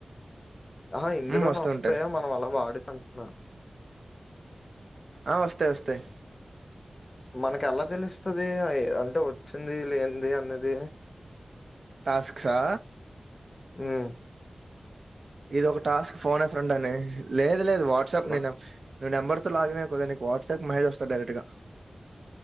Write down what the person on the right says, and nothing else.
ఉమ్, వస్తుంటాయి
ఆ వస్తాయి వస్తాయి
టాస్క్ సా
ఇది ఒక టాస్క్ ఫోన్ అయిండ్ అని లేదు లేదు వాట్సాప్
నేను ను్వు నెంబర్ తో లాగిన కదా నీకు వాట్సాప్ మెసజ్స్తను డైరెక్ట్ గా